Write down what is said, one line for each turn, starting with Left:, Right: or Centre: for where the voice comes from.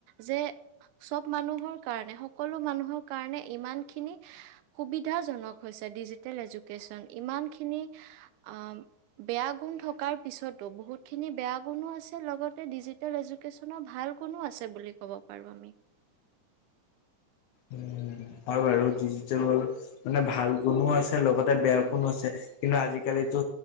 Right: যে সব মানুহৰ কাৰণে সকলো মানুহৰ কাৰনে ইমানখিনি সুবিধাজনক হৈছে ডিজিটেল এজুকেশচন ইমান খিনি অ বেয়া গুণ থকাৰ পিছতো বহুত খিনি বেয়া গুণো আছে লগতে ডিজিটেল এজুকে্যনৰ ভাল গুণো আছে বুলি ক'ব পাৰো আমি
Left: উম, হয় বাৰু ডিজিাৰু মানে ভাল কোনো আছে লগতে বেয়া কুোনো আছে কিন্তু আজিকালিতো